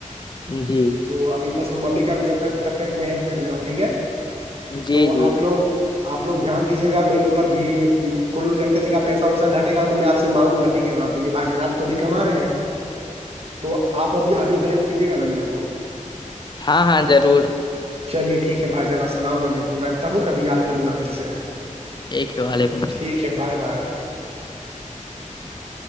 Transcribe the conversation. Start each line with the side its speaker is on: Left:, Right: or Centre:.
Left: جی
Right: تو ابھی بس ممی کا جب تک تب تک میں ہیلپ کر د رہا ہوں ٹھیک ہے
Left: جی
Right: تو
Left: جی جی
Right: آپ لوگ آپ لوگ دھیان دیجیے گا میرے اوپر بھی کھل ول کرتے دیکا پیسا وسا گٹے گا تو میں آپ سے مانگوں ٹھیک ہے نا بھ یہ بھائی جان آپ تو ابھی کما رہے ہیں تو آپ ابھی ابھی تو ہیلپ کیجیے گا نا میرے کو
Left: ہاں ہاں ضرور
Right: چلیے ٹھیک ہے بھا جان اللام علیکم رکھتا ہوں کبھی یاد کروں گا پھر سے
Left: ٹھیک ہے وعلیکم السلام
Right: ٹھیک ہے بائے بائے <inaudible>